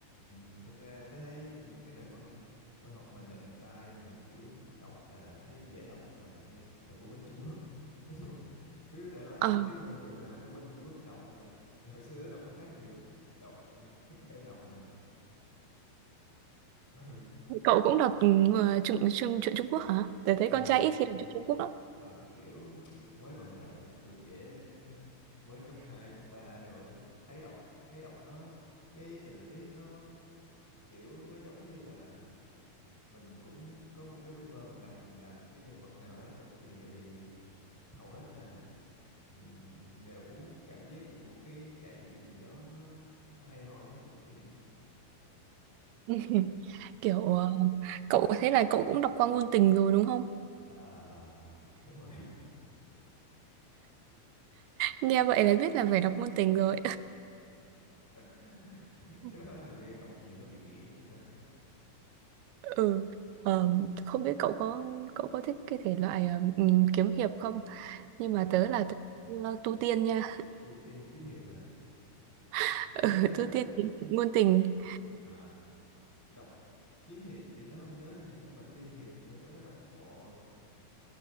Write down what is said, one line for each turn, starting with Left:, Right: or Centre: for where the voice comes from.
Centre: ừ, thực ra tôi thấy một cái nền văn văn học mà nịnh tai mà kiểu đọc là thấy dễ đọc mà hay là của bên Trung Quốc <laughs> nói chung cứ thể loại
Right: Ờ,
Centre: tiểu thuyết ngôn tình nào của bên Trung Quốc đọc là hồi xưa tôi đọc nó khá nhiều á đọc ừ, thức đêm đọc mà ừ
Right: cậu cũng đọc ừ, ờ, truyện truyện truyện Trung Quốc hả? Tớ thấy
Centre: ờ,
Right: con trai ít khi đọc truyện Trung Quốc lắm.
Centre: Ờ, kiểu mới vào đời tuổi trẻ mới cấp 2 cấp 3 rồi th- thấy đọc thấy đọc nó cái tình tiết nó kiểu nó giống như là mình cũng có một cái ước mơ mình đặt mình là một cái nhân vật nào đó trong chuyện tại vì hầu hết là mình đều muốn cảm giác được một cái trải nghiệm gì đó nó nó hay ho giống như trong chuyện
Right: <laughs> Kiểu ờ, cậu thế là cậu cũng đọc qua ngôn tình rồi đúng không?
Centre: Ờ, đúng rồi
Right: Nghe vậy là biết là phải đọc ngôn tình rồi.
Centre: <laughs>
Right: <laughs>
Centre: cái đó hình như đọc nhiều nó bị nghiện đúng không ta
Right: Ừ. Ờ, không biết cậu có cậu có thích cái thể loại ờ, ừm, kiếm hiệp không? Nhưng
Centre: à
Right: mà tớ là tớ, ờ, tu tiên nha.
Centre: tu tiên kiếm hiệp hả
Right: <laughs> Ừ,
Centre: tớ có đọc
Right: tu tiên kiếm ngôn tình.
Centre: à, đọc kiếm hiệp thì tớ không nhớ nha nhưng mà tiên hiệp hình như tớ có đọc một bộ